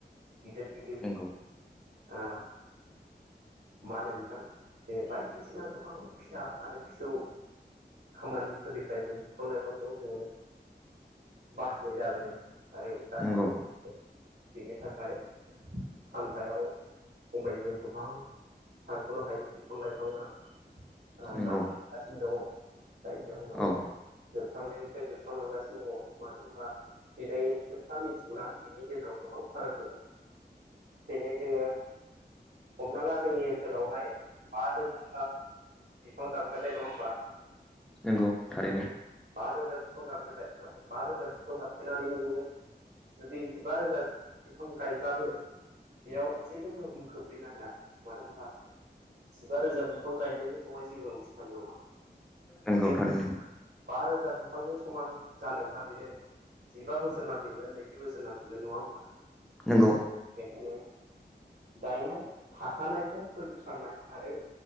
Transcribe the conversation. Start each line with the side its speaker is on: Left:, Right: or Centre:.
Right: गिदिर गिदिर ओ
Centre: नंगौ
Right: मा होनो नोंथां बे बायदिसिना गोबां फिसा आरो फिसौ खामानिफोरनिफ्राय जों बिफां लाइफांखौ जोङो बाहायो नेगा बोदों आरो दासो
Centre: नंगौ
Right: <unintelligible> बेनि थाखाय सानफायाव खमैबो गोबां सानखनो हायि बिफां लाइफाङा आ
Centre: नंगौ
Right: दानफाय जागासिनो दङ जाय जाव नाव
Centre: औ
Right: जोबस्रांनायनिफ्राय जोबस्रांलांगासिनो दङ मानो होमबा दिनै एफा मिथि हना बिनि गेजेराव गोबां फाराग दङ दिनै जोङो हमना ला जोंनि ओन ओनसोलावहाय बा रोजाबा बिफां दान माने नङा ओमबा?
Centre: नोंगौ थारैनो।
Right: बा रोजा बिफां दानफायबाय नाथाय बा रोजा बिफां दानफायनानै नोङो जुदि जिबा रोजा बिफां गायब्लाबो बेयाव जेबो गोहोम खोख्लैनो हाया। मानो होमबा जिबा रोजा बिफां गायनायनि बहाय जेबो ओंथि थानाय नङा
Centre: नंगौ
Right: बे
Centre: थारैनो
Right: बि बा रोजा बिफांजों समान जानोब्ला बेनो जिबा बोसोर नांफिनगोन नैजि बोसोर नांफिनगोन नङा होमबा?
Centre: नंगौ
Right: बेखायनो गायनाय थाखानायखौ फोजोबस्रांनाय आरो